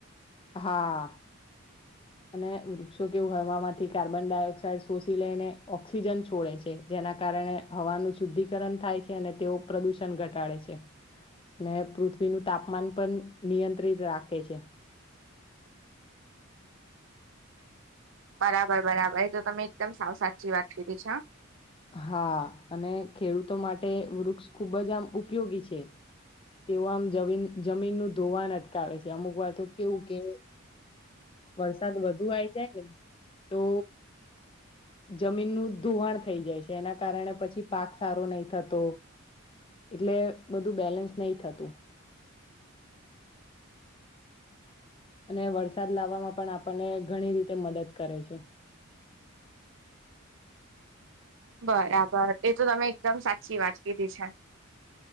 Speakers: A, on the left (about 25°); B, on the right (about 65°).
A: હા અને વૃક્ષો કેવું હવામાંથી કાર્બન ડાયોક્સાઇડ શોષી લઈને ઓક્સિજન છોડે છે જેના કારણે કાર હવાનું શુદ્ધિકરણ થાય છે, અને તેઓ પ્રદુષણ ઘટાડે છે. અને પૃથ્વીનુ, તાપમાન પણ નિયંત્રિત રાખે છે.
B: બરાબર, બરાબર એ તો તમે એકદમ સાવ સાચી વાત કરીધ છે, હા
A: હા, અને ખેડૂતો માટે વૃક્ષ ખૂબજ આમ ઉપયોગી છે. તેઓ આમ જમીન જમીન ન ધોવાન અટકાવે છે, અમુક વાર તો કેવું કે વરસાદ વધુ આવીઈ જાય, ને તો જમીનનું ધુવાણ થઈ જાય છે, એના કારણે પછી પાક સારો નહી, થતો એટલે બધુ, બેલેન્સ નહ, થતું. અને વરસાદ લાવવામા, પણ આપણને ઘણી રીતે મદદ કરે છે. <inaudible>
B: બરાબર એ, તો તમે એકદમ સાચી વાત કીધી છે.